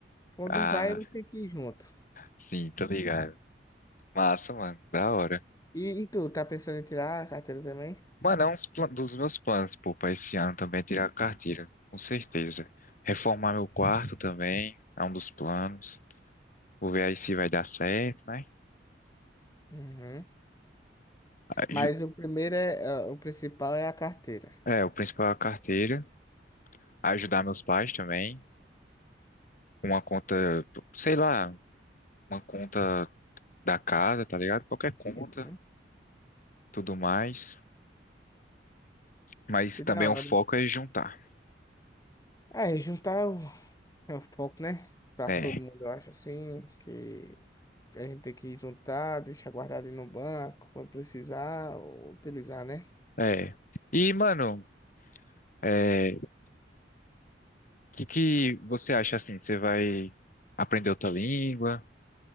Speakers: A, on the left; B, on the left.
A: Quando
B: Ah,
A: um vai, eu tenho que ir junto.
B: sim, tô ligado. Massa, mano. Da hora.
A: E, e tu, tá pensando em tirar a carteira também?
B: Mano, é um dos meus planos, pô, pra esse ano também é tirar a carteira, com certeza. Reformar meu quarto também é um dos planos. Vou ver aí se vai dar certo, né?
A: Uhum.
B: Aju-
A: Mas o primeiro é, é, o principal é a carteira.
B: É, o principal é a carteira. Ajudar meus pais também. Uma conta, sei lá, uma conta da casa, tá ligado? Qualquer conta,
A: Uhum.
B: tudo mais. Mas
A: Que
B: também
A: da
B: o
A: hora.
B: foco é juntar.
A: É, juntar é o, é o foco, né? Pra
B: É,
A: todo mundo, eu acho assim, que que a gente tem que juntar, deixar guardado aí no banco, quando precisar, ou utilizar, né?
B: é. E, mano, é, o que que você acha assim? Você vai aprender outra língua?